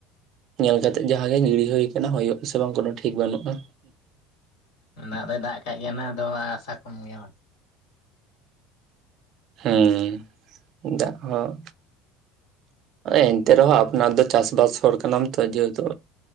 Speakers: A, on the right; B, on the left.
A: ᱧᱮᱞ ᱠᱟᱛᱮᱜ ᱡᱟᱦᱟᱸ ᱜᱮ ᱜᱤᱲᱤ ᱦᱩᱭ ᱠᱟᱱᱟ ᱦᱳᱭᱳᱜ ᱟᱥᱮ ᱵᱟᱝ ᱠᱳᱱᱳ ᱴᱷᱤᱠ ᱵᱟᱹᱱᱩᱜ-ᱟ᱾
B: ᱫᱟᱜ ᱫᱚᱭ ᱫᱟᱜ ᱠᱟᱜ ᱜᱮᱭᱟ ᱟᱫᱚ ᱟᱥᱟ ᱠᱚᱢ ᱜᱮᱭᱟ
A: ᱦᱮᱸ ᱫᱟᱜ ᱦᱚᱸ ᱮᱱᱛᱮ ᱨᱮᱦᱚᱸ ᱟᱯᱱᱟᱨ ᱫᱚ ᱪᱟᱥᱵᱟᱥ ᱦᱚᱲ ᱠᱟᱱᱟᱢ ᱛᱚ ᱟᱭᱰᱤᱭᱟ. ᱫᱚ